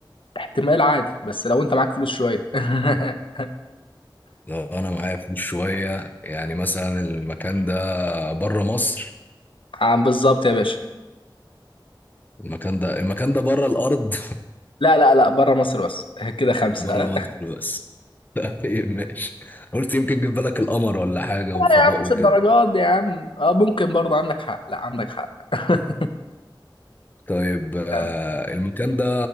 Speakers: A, on the left; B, on the left.
A: احتمال عادي بس لو انت معاك فلوس شوية <laughs>
B: لو انا معايا فلوس شوية يعني مثلا المكان ده بره مصر
A: آه، بالظبط يا باشا
B: المكان ده المكان ده بره الأرض
A: لا لا لا بره مصر بس <laughs> كده
B: <laughs>
A: خمسة
B: بره مصر بس طيب ماشي قلت يمكن جه في بالك القمر ولا حاجة وفضاء
A: لا يا عم مش
B: وكده
A: الدرجات دي يا عم اه ممكن برضه عندك حق لا عندك حق <laughs>
B: طيب آه،
A: يعني
B: المكان ده